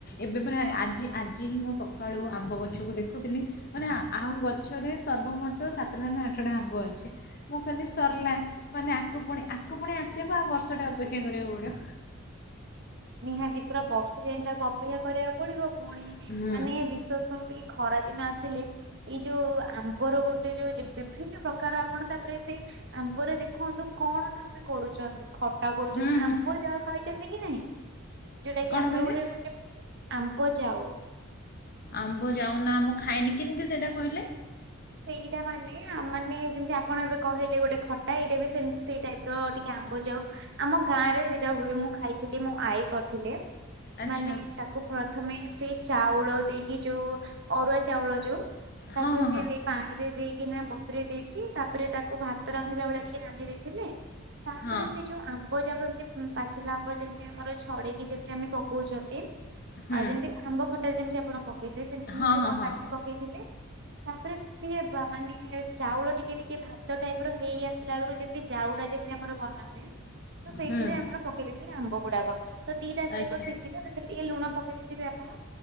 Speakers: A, on the left (about 45°); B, on the right (about 50°).
A: ଏବେ ପରା ଆଜି ଆଜି ହିଁ ମୁଁ ସକାଳୁ ଆମ୍ବ ଗଛକୁ ଦେଖୁଥିଲି। ମାନେ ଆଉ ଗଛରେ ସର୍ବମୋଟ ସାତଟା ନା ଆଠଟା ଆମ୍ବ ଅଛି। ମୁଁ ଖାଲି ସରିଲା ମାନେ ଆଗକୁ ପୁଣି ଆଗକୁ ପୁଣି ଆସିବ ଆଉ ବର୍ଷଟା ଅପେକ୍ଷା କରିବାକୁ ପଡ଼ିବ।
B: ନିହାତି ପୁରା ବର୍ଷେ ଯାଇତାକୁ ଅପେକ୍ଷା କରିବାକୁ ପଡିବ ପୁଣି
A: ହୁଁ
B: ମାନେ ବିଶ୍ୱାସ। ଆପଣ ଏଇ ଖରାଦିନ ଆସିଲେ ଏଇ ଯୋଉ ଆମ୍ବର ଗୋଟେ ଯୋଉ ବିଭିନ୍ନ ପ୍ରକାର କାର ଆପଣ ତାପରେ ସେଇ ଆମ୍ବରେ ଦେଖନ୍ତୁ କଣ ନା ଆମେ କରୁଛନ୍ତି? ଖଟା କରୁଛନ୍ତି
A: ହୁଁ ହୁଁ
B: ଆମ୍ବ ଯାଉ ଖାଇଛନ୍ତି କି ନାହିଁ? ଯୋଉଟା କି
A: କ'ଣ
B: ଆମର
A: କହିଲେ
B: ଗୋଟେ ମାନେ ଆମ୍ବ ଯାଉ?
A: ଆମ୍ବ ଯାଉ ନା ମୁଁ ଖାଇନି କେମିତି ସେଇଟା କହିଲେ?
B: ସେଇଟା ମାନେ ମାନେ ଯେମିତି ଆପଣ ଏବେ କହିଲେ ଗୋଟେ ଖଟା ଏଇଟା ବି ସେମିତି ସେଇ ଟାଇପର ଟିକେ ଆମ୍ବ ଯାଉ ମାନେ ଆମ ଗାଁରେ ସେଇଟା ହୁଏ ମୁଁ ଖାଇଥିଲି ମୋ ଆଈ କରିଥିଲେ।
A: ଆଚ୍ଛା
B: ମାନେ ତାକୁ ପ୍ରଥମେ ସେଇ ଚାଉଳ ଦେଇକି ଯୋଉ ଅରୁଆ ଚାଉଳ ଯୋଉ ତାକୁ
A: ହଁ
B: ଏମିତି
A: ହଁ ହଁ
B: ଦେଇ ପାଣିରେ ଦେଇକି ନା ବତୁରେଇ ଦେଇକି ତାପରେ ତାକୁ ଭାତ ରାନ୍ଧିଲା ଭଳିଆ ଟିକେ ରାନ୍ଧି ଦେଇଥିଲେ ତାପରେ
A: ହଁ
B: ସେ ଯୋଉ ଆମ୍ ଆମ୍ବ ଯାକ ଏମିତି ପାଚିଲା ଆମ୍ବ ଯେମିତି ଆମର ଛଡେଇକି ଯେମିତି ଆମେ ପକଉଛନ୍ତି
A: ହୁଁ
B: ଆଉ ଯେମିତି। ଆମ୍ବ ଖଟାରେ ଯେମିତି ଆପଣ ପକେଇଥିଲେ ସେମିତି ହିଁ
A: ହଁ
B: ଚୋପା
A: ହଁ ହଁ
B: କାଢିିକି ପକେଇଥିଲେ ତାପରେ ସିଏ ବା ମାନେ ଚାଉଳ ଟିକେ ଟିକେ ଭାତ ଟାଇପ ର ହେଇ ଆସିଲା ବେଳକୁ ଯେମି ତି ଯାଉଟା ଯେମିତି ଆମର ବନାହୁଏ ତ ସେଇଥିରେ
A: ହୁଁ
B: ଆମର ପକେଇ ଦେଇଥିଲେ ଆମ୍ବ ଗୁଡାକ। ତ ଦିଟା ଯାକ
A: ଆଚ୍ଛା
B: ସିଝିଲା ସେଥିରେ ଟିକେ ଲୁଣ ପକେଇ ଦେଇଥିବେ ଆପଣ